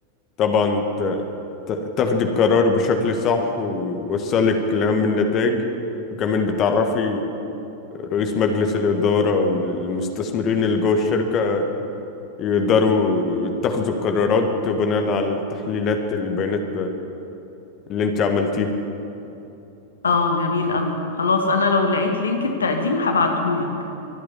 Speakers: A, on the left (about 35°); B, on the left (about 70°).
A: طبعا ت- ت- تاخدي القرار بشكل صح ويوصلك لأهم النتائج وكمان بتعرفي رئيس مجلس الإدارة أو المستثمرين اللي جوه الشركة يقدروا يتخذوا القرارات بناء على تحليلات البيانات اللي انت عملتيها
B: اه جميل قوي خلاص انا لو لقيت لينك التقديم هبعتهولك